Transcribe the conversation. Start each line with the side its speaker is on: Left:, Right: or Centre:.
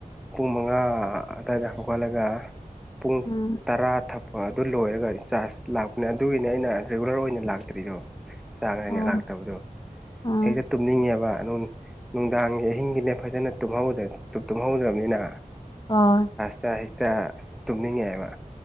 Centre: ꯄꯨꯡ ꯃꯉꯥ ꯑꯗꯨꯋꯥꯏꯗ ꯍꯧꯒꯠꯂꯒ ꯄꯨꯡ
Left: ꯎꯝ
Centre: ꯇꯔꯥ ꯊꯛꯄ ꯑꯗꯨ ꯂꯣꯏꯔꯒ ꯆꯥꯔꯖ ꯂꯥꯛꯄꯅꯦ ꯑꯗꯨꯒꯤꯅꯦ ꯑꯩꯅ ꯔꯤꯒꯨꯂꯔ ꯑꯣꯏꯅ ꯂꯥꯛꯇ꯭ꯔꯤꯗꯣ ꯆꯥꯡ ꯅꯥꯏꯅꯥ
Left: ꯑꯣ
Centre: ꯂꯥꯛꯇꯕꯗꯣ
Left: ꯎꯝ
Centre: ꯍꯦꯛꯇ ꯇꯨꯝꯅꯤꯡꯉꯦꯕ ꯑꯗꯨ ꯅꯨꯡꯗꯥꯡꯒꯤ ꯑꯍꯤꯡꯒꯤꯅꯦ ꯐꯖꯅ ꯇꯨꯝꯍꯧꯗ꯭ꯔ ꯇꯨꯃꯍꯧꯗꯕꯅꯤꯅ
Left: <unintelligible>
Centre: ꯍꯤꯛꯇ ꯇꯨꯝꯅꯤꯡꯉꯦꯕ